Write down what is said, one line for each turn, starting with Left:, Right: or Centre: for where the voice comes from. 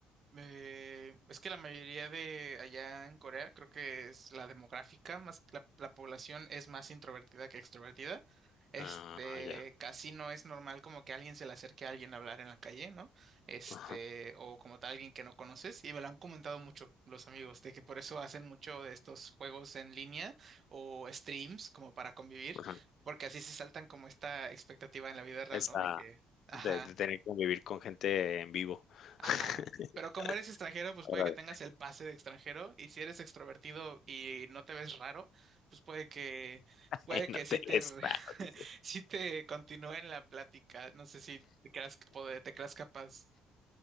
Right: Eh, es que la mayoría de allá en Corea, creo que es la demográfica, más la, la población es más introvertida que extrovertida. Este,
Left: Ah, ya.
Right: casi no es normal como que alguien se le acerque a alguien a hablar en la calle, ¿no? Este,
Left: Ajá.
Right: o como tal alguien que no conoces, y me lo han comentado mucho los amigos, de que por eso hacen mucho de estos juegos en línea o streams como para convivir,
Left: Ajá.
Right: porque así se saltan como esta expectativa en la vida real,
Left: Esa
Right: ¿no? De que, ajá.
Left: de de tener que convivir con gente en vivo.
Right: Ajá,
Left: <laughs>
Right: pero como eres extranjero, pues puede
Left: Órale,
Right: que tengas el pase de extranjero y si eres extrovertido y no te ves raro, pues puede que puede
Left: en
Right: que
Left: hoteles
Right: sí te re- <laughs>
Left: raros, dice.
Right: sí te continúe en la plática. No sé si te creas poder, te creas capaz.